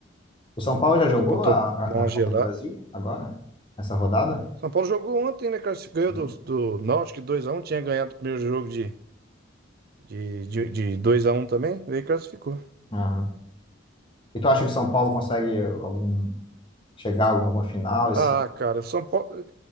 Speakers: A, on the left; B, on the right.
A: O São Paulo já jogou
B: Dá pra tomar
A: a, a-
B: uma
A: na Copa
B: gelada.
A: do Brasil agora? Essa rodada?
B: São Paulo jogou ontem, né, cara? Se Ganhou
A: Jogou?
B: do, do Náutico dois a um tinha ganhado o primeiro jogo de, de, de, de 2x1 também, veio e classificou.
A: Aham. E tu acha que o São Paulo consegue algum chegar a algum- alguma final esse?
B: Ah, cara, o São Paulo.